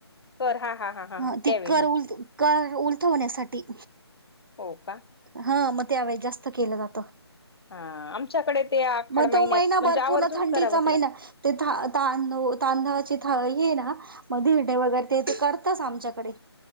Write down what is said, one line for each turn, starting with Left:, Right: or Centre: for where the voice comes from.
Left: कर हा हा हा हा
Right: अ ती
Left: त्यावेळी
Right: कर उल कर उलथवण्यासाठी.
Left: हो का.
Right: हा मग त्यावेळेस जास्त केलं जातं.
Left: हा आमच्याकडे ते आखाड
Right: म
Left: महिन्यात
Right: तो महिना
Left: म्हणजे
Right: भर
Left: आवर्जून
Right: पूर्ण थंडीचा
Left: करावंच लागत.
Right: महिना. तेथ तांदू तांदळाचे था ना हे आहेना म धिरडे वगैरे ते तर करतास आमच्याकडे